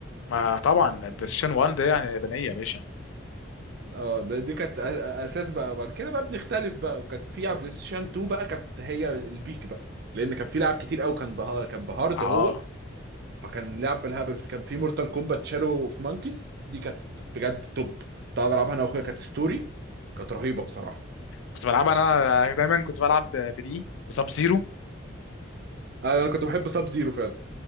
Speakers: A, on the left (about 75°); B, on the right (about 50°).
A: ما طبعا البلاي ستيشن 1 ده يعني يابانيه يا باشا
B: اه ده- دي كانت أ- أ- اساس بقى بعد كده بقى بنختلف بقى وكانت في على بلاي ستيشن 2 بقى كانت هي البيك بقى لان كان في لعب كتير قوي كان بها كان بهارد
A: اه
B: هو فكان لعب بالهبل فكان في مورتال كومبات شالو في مانكيز دي كانت بجد توب كنت قاعد العبها انا واخويا كانت ستوري كانت رهيبه بصراحه
A: كنت بلعب انا دايما كنت بلعب بدي بسب زيرو
B: انا أنا كنت بحب ساب زيرو فعلا